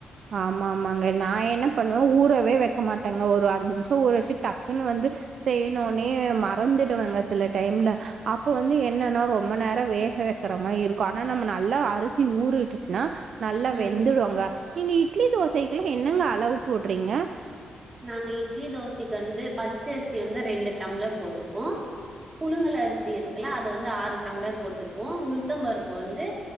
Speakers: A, on the right; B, on the right.
A: ஆமா ஆமாங்க நா என்ன பண்ணுவே ஊறவே வெக்க மாட்டேங்க ஒரு அஞ்சு நிமிஷோ ஊற வச்சு டக்குன்னு வந்து செய்யணுனே மறந்துடுவங்க சில டைம்ல அப்ப வந்து என்னன்னா ரொம்ப நேரோ வேக வெக்கற மாரி இருக்கு ஆனா நம்ம நல்லா அரிசி ஊறிட்டுச்சுன்னா நல்லா வெந்துடுங்க
B: ம்
A: நீ இட்லி தோசைக்கெல்லா என்னங்க அளவு போடுறீங்க
B: நாங்க இட்லி தோசைக்கு வந்து பச்சை அரிசி வந்து ரெண்டு டம்ளர் போட்டுப்போ புழுங்கள் அரிசி இருக்குல்ல அது வந்து ஆறு டம்ளர் போட்டுக்குவோ உளுதம்பருப்பு வந்து